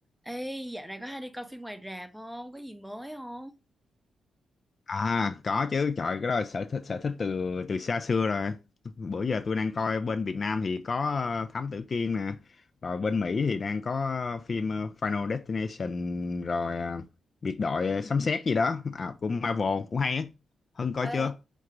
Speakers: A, in the centre; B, on the left.
A: Ê, dạo này có hay đi coi phim ngoài rạp không? Có gì mới không?
B: À có chứ trời cái đó là sở thích sở thích từ từ xa xưa rồi bữa giờ tôi đang coi bên Việt Nam thì có ờ, Thám Tử Kiên nè rồi bên Mỹ thì đang có phim ờ, Final Destination rồi ờ, biệt đội ờ, sấm sét gì đó à, của Marvel cũng hay á Hưng coi
A: Ê,
B: chưa